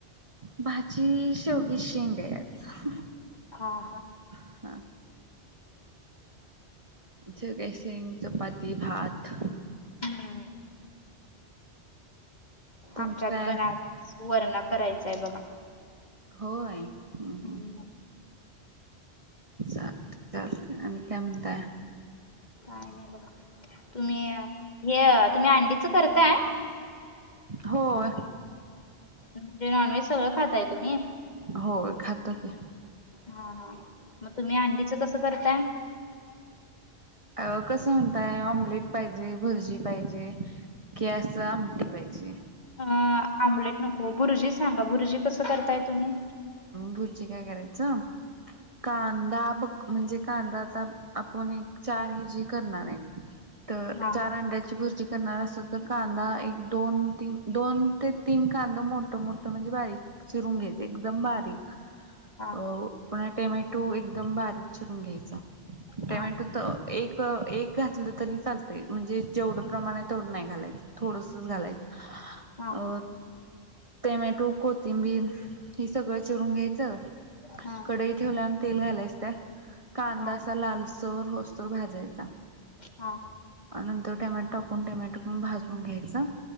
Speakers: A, on the right; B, on the left.
A: भाजी शेवग्याची शेंग आहे आज
B: हा हा.
A: हा. शेवग्याची शेंग चपाती भात
B: हम्म
A: तुमचं
B: आमच्यात
A: काय
B: पण आज सुवर्णा करायचाय बघा.
A: होय हूं
B: हम्म
A: हूं चालत चालतय आणि काय म्हणताय.
B: काय नाय बघा तुम्ही हे तुम्ही अंडीच करताय.
A: होय.
B: म्हणजे नॉनव्हेज सगळं खाताय तुम्ही?
A: होय, खातोय की.
B: हा हा, मग तुम्ही अंडीचं कसं करताय?
A: अ कसं म्हणताय ऑमलेट पाहिजे बुर्जी पाहिजे. की अस आमटी पाहिजे.
B: अ आमलेट नको बुर्जी सांगा बुर्जी कसं करताय तुम्ही
A: भुर्जी काय करायचं, कांदा ब- म्हणजे कांदा आता आपण एक चार हि जी करणार आहे, तर
B: हा
A: चार अंड्याची भुर्जी करणार असलं तर, कांदा एक दोन तीन, दोन ते तीन कांदा मोठ मोठ म्हणजे बारीक चिरून घ्यायचे. एकदम बारीक
B: हा
A: अ पुन्हा टोमॅटो एकदम बारीक चिरून घ्यायचा.
B: हा
A: टोमॅटो तर एक एक घातलं तरी चालतंय, म्हणजे जेवढं प्रमाण तेवढं नाही घालायचं. थोडससं घालायच,
B: हा
A: अ टोमॅटो, कोथिंबीर हे सगळं चिरून घ्यायचं.
B: हा.
A: कडई ठेवल्या वर तेल घालायच त्यात, कांदा
B: हा
A: असा लालसर होसतर भाजायचा.
B: हा
A: नंतर टोमॅटो टाकून टोमॅटो पण भाजून घ्यायचं.